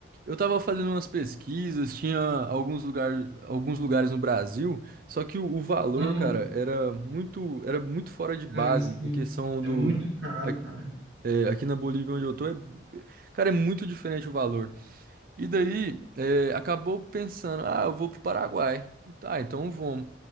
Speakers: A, on the right (about 50°); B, on the right (about 70°).
A: eu tava fazendo umas pesquisas, tinha alguns lugares, alguns lugares no Brasil, só que o, o valor,
B: Aham,
A: cara, era muito, era muito fora de base
B: cara, sim.
A: em questão do.
B: É muito caro,
A: a-
B: cara.
A: é, aqui na Bolívia, onde eu tô, é, cara, é muito diferente o valor. E daí, é, acabou pensando, ah, eu vou pro Paraguai. Tá, então vamos.